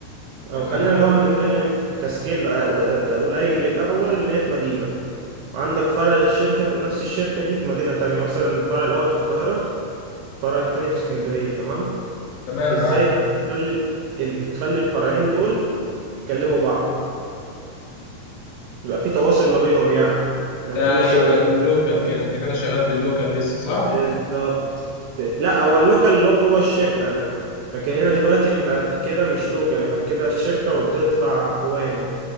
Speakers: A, on the right; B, on the left.
A: او
B: تمام
A: خلينا الاول نتكلم في كسكيل قليل الاول اللي هي في مدينه وعندك فرع للشركة في نفس الشركة دي في مدينة تانية مثلا الفرع الأول في القاهرة الفرع التاني في اسكندرية تمام
B: تمام
A: إزاي
B: معاك
A: بقى تخلي ال- تخلي الفرعين دول يكلموا بعض يبقى في تواصل ما بينهم يعني لو
B: ده
A: في مثلا
B: يبقى اللوكال كده انت كده شغال في اللوكال لسه صح
A: بالظبط لا هو اللوكال اللي هو جوه الشركة يعني لكن هنا دلوقتي احنا كده مش لوكال احنا كده الشركة وبتطلع وامي